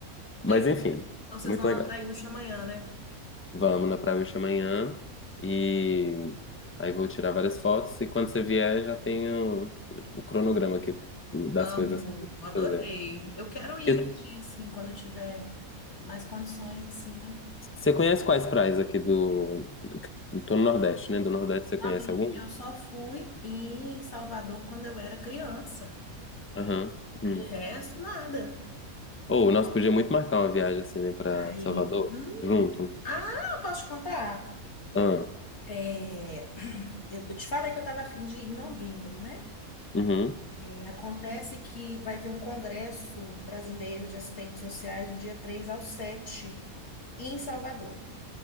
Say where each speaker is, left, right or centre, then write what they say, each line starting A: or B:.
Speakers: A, on the left; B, on the left.
A: Tem.
B: Mas enfim,
A: Então vocês
B: muito
A: vão na
B: legal.
A: Praiúcha amanhã, né?
B: Vamos na praia hoje amanhã e aí vou tirar várias fotos e quando você vier já tenho o cronograma aqui das
A: Amo,
B: coisas que eu tenho que
A: adorei.
B: fazer.
A: Eu quero ir
B: E
A: um dia, assim, quando eu tiver mais condições, assim, né?
B: Você conhece quais praias aqui do... Tô no Nordeste, né? Do Nordeste você
A: Amigo,
B: conhece algum?
A: eu só fui em Salvador quando eu era criança.
B: Aham. Hum.
A: De resto, nada.
B: Ou nós podíamos muito marcar uma viagem assim, né, pra
A: Aí,
B: Salvador
A: Hum,
B: junto.
A: Ah, posso te contar?
B: Ah,
A: É, <clears throat> Eu eu te falei que eu estava a fim de ir em novembro, né?
B: uhum.
A: É, acontece que vai ter um congresso brasileiro de assistentes sociais do dia 3 ao 7 em Salvador.